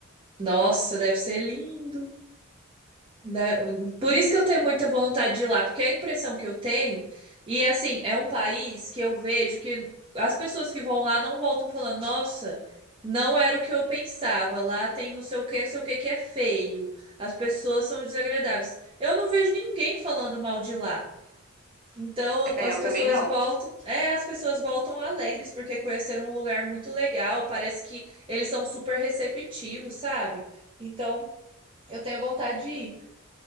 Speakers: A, on the right; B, on the right.
A: Nossa, deve ser lindo, né? Por isso que eu tenho muita vontade de ir lá, porque é a impressão que eu tenho, e assim, é um país que eu vejo que as pessoas que vão lá não voltam falando, nossa, não era o que eu pensava, lá tem não sei o que, não sei o que que é feio, as pessoas são desagradáveis. Eu não vejo ninguém falando mal de lá. Então
B: É,
A: as
B: eu
A: pessoas
B: também não.
A: voltam, é, as pessoas voltam alegres porque conheceram um lugar muito legal, parece que eles são super receptivos, sabe? Então eu tenho vontade de ir.